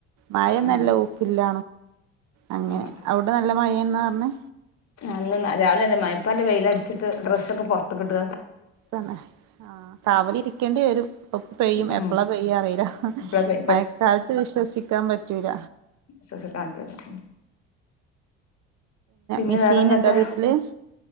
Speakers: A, on the right; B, on the left.
A: മഴ
B: ആ
A: നല്ല ഊക്കില്ല അങ്ങനെ
B: ആ
A: അവിടെ നല്ല മയേ എന്നാ പറഞ്ഞേ
B: അന്ന് രാവിലെല്ലേ മയ പ്പല്ലേ വെയില അടിച്ചിട്ട് ഡ്രസ്സ ഒക്കെ പുറത്ത് കിട്ട്
A: തന്നെ ആ കാവലി ഇരിക്കേണ്ടി വരും പ്പ പെയ്യും
B: ഉം
A: എപ്പള പെയ്യും അറിയില്ല
B: ഇപ്പളാ പെ
A: മയക്കാലത്ത് വിശ്വസിക്കാൻ പറ്റൂല
B: സ്വസിക്കാൻ പറ്റൂല പിന്നെ
A: മെഷീൻ
B: വേറെന്തൊക്കെ
A: ഉണ്ടോ വീട്ടില്